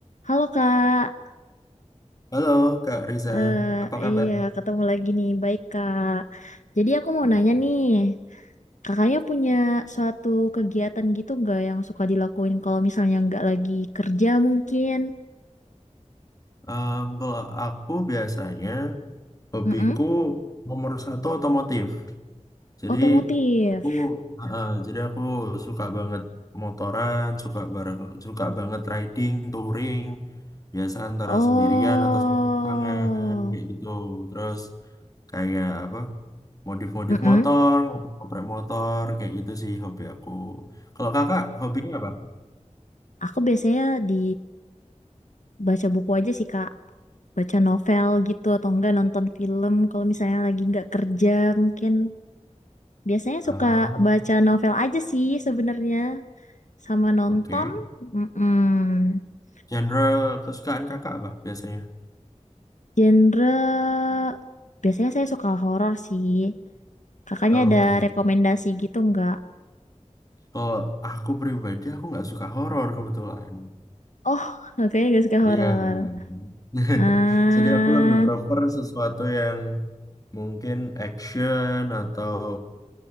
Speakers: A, on the left; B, on the left.
A: Halo Kak,
B: Halo Kak Riza,
A: Eh
B: apa kabar?
A: iya ketemu lagi nih. Baik Kak. Jadi aku mau
B: Gitu.
A: nanya nih, kakaknya punya suatu kegiatan gitu nggak yang suka dilakuin kalau misalnya nggak lagi kerja mungkin?
B: Em, kalau aku biasanya hobiku
A: Mm-mm.
B: nomor satu otomotif. Jadi
A: Otomotif.
B: aku eh, eh, jadi aku suka banget motoran, suka bareng, suka banget riding, touring. Biasa antara
A: Oh,
B: sendirian atau sama pasangan kayak gitu. Terus kayak apa? Modif-modif
A: mm
B: motor, ngoprek-ngoprek motor kayak gitu sih hobi aku. Kalau kakak hobinya apa?
A: aku biasanya di baca buku aja sih Kak, baca novel gitu atau enggak nonton film kalau misalnya lagi nggak kerja mungkin. Biasanya
B: Oh,
A: suka baca novel aja sih sebenarnya sama nonton.
B: oke.
A: mm
B: Genre kesukaan kakak apa biasanya?
A: Genre biasanya saya suka horor sih. Kakaknya
B: Oke.
A: ada rekomendasi gitu nggak?
B: Kalau aku pribadi aku nggak suka horor kebetulan.
A: Oh, kakaknya nggak suka
B: Iya.
A: horor.
B: <laughs>
A: Nah,
B: Jadi aku lebih prefer sesuatu yang mungkin action atau